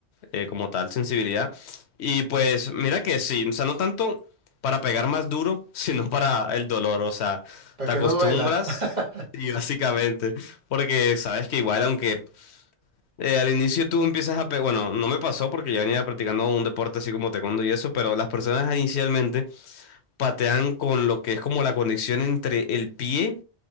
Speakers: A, on the left; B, on the right.
A: eh, como tal sensibilidad. Y pues mira que sí, o sea, no tanto para pegar más duro, <laughs> sino para el dolor, o sea,
B: para
A: te
B: que
A: acostumbras
B: no duela. <laughs>
A: y <laughs> básicamente, porque sabes que igual aunque... eh, al inicio tú empiezas a... pe- Bueno, no me pasó porque yo venía practicando un deporte así como taekwondo y eso, pero las personas inicialmente patean con lo que es como la conexión entre el pie